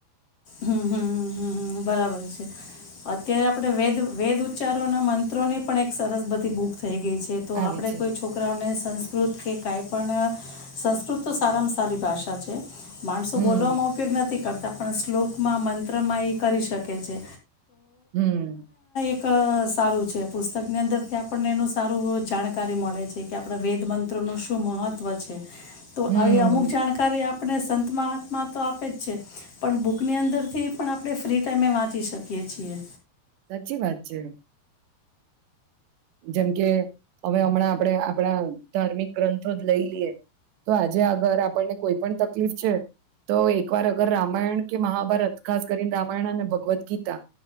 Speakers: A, on the left; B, on the right.
A: હમ્મ-હમ્મ-હમ્મ-હમ્મ-હમ્મ બરાબર છે. અત્યારે આપડે વેદ-વેદ ઉચ્ચારોના મંત્રો ની પણ એક સરસ બધી બુક થઈ ગઈ છે. તો
B: આવે
A: આપણે
B: છે
A: કોઈ છોકરાઓને સંસ સંસ્કૃત કે કાંઈ પણ અહ સંસ્કૃત તો સારામાં સારી ભાષા છે. માણસો
B: હમ
A: બોલવામાં ઉપયોગ નથી કર તા પણ સ્લો માં મંત્રમાં એ કરી શકે છે.
B: હમ્મ.
A: અહ સારું છે. પુસ્તકની અંદરથી આપણને એનું સારું જાણકારી મળે છે કે, આપણા વેદ મંત્રનું શું મહત્વ છે. તો
B: હમ
A: આવી અમુક જાણકારી આપ આપને સંત મહાત્મા તો આપે જ છે, પણ બૂ કની અંદર થી પણ આપણે ફ્રી ટાઈમે વાંચી શકીએ છીએ.
B: સાચી વાત છે. જેમ કે હવે હમણાં આપડે-આપડા ધાર્મિક ગ્રંથો જ લઈ લઈએ, તો આજે અગર આપણને કોઈ પણ તકલીફ છે, તો એકવાર અગર રામાયણ કે મહાભારત ખાસ કરીને રામાયણ અને ભગવદ ગીતા